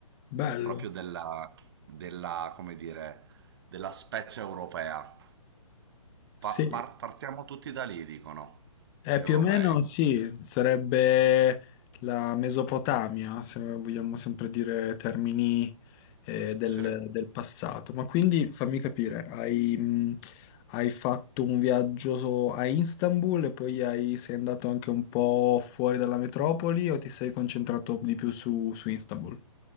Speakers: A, on the left; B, on the right.
A: Bello,
B: proprio della, della, come dire, della specie europea.
A: sì.
B: Pa- par- partiamo tutti da lì, dicono
A: Eh,
B: gli
A: più
B: europei.
A: o meno sì, sarebbe la Mesopotamia, se vogliamo sempre dire termini eh, del,
B: Sì.
A: del passato. Ma quindi fammi capire, hai, mh, hai fatto un viaggio so- a Istanbul e poi hai- sei andato anche un po' fuori dalla metropoli o ti sei concentrato di più su, su Istanbul?